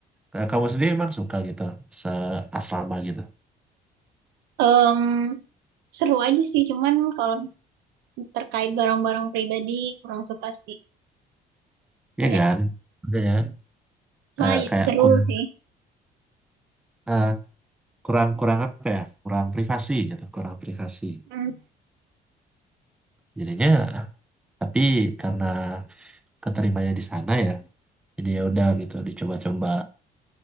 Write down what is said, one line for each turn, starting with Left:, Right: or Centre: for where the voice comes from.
Centre: eh, kamu sendiri emang suka gitu seasrama gitu
Right: Em, seru aja sih, cuman kalau terkait barang-barang pribadi kurang suka sih kayak
Centre: ya kan makanya
Right: wah
Centre: kayak
Right: ya
Centre: kayak
Right: seru
Centre: kurang
Right: sih
Centre: eh, kurang kurang apa ya kurang privasi gitu kurang privasi
Right: hmm.
Centre: jadinya tapi karena keterimanya di sana ya jadi ya udah gitu dicoba-coba